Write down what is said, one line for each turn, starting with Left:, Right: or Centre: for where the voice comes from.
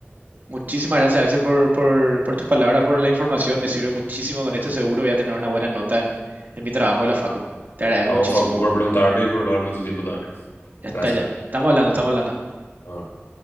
Right: muchísimas gracias Axel por, por, por tus palabras, por la información, me sirve muchísimo con esto, seguro voy a tener una buena nota en, en mi trabajo de la Facu. Te agradezco
Left: A
Right: muchísimo.
Left: vos, Facu, por preguntarme y por darme tu tiempo también.
Right: Ya está,
Left: Gracias.
Right: ya. Estamos hablando, estamos hablando.
Left: Bueno.